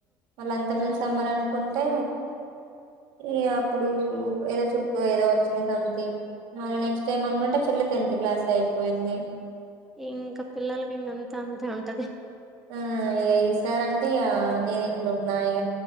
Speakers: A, on the right; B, in the centre.
A: మళ్ళ అంతకు మందు సమ్మర్ అను కుంటే ఈ అప్పుడు ఏదో చుట్టూ ఏదో వచ్చింది సంథింగ్ మళ్ళ నెక్ట్ టైం అనుకుంటే చెల్లె టెన్త్ క్లాస్ అయిపోయింది
B: ఇంక పిల్లలకి ఇంగ అంతా అంతే ఉంటది
A: ఆ ఇగ ఈసారి అంటే ఇగ నేను ఎట్లున్నా ఇగ